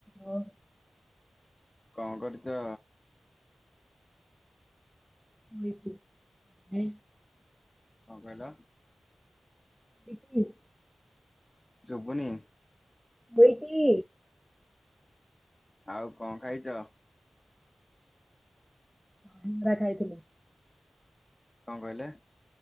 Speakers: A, in the centre; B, on the left.
A: ଓଃ।
B: କଣ କରୁଛ?
A: <unintelligible>
B: କଣ କହିଲ?
A: <unintelligible>
B: ଶୁଭୁନି।
A: ବଇଚି।
B: ଆଉ କଣ ଖାଇଛ?
A: <unintelligible> ଖାଇଥିଲି।
B: କଣ କହିଲେ?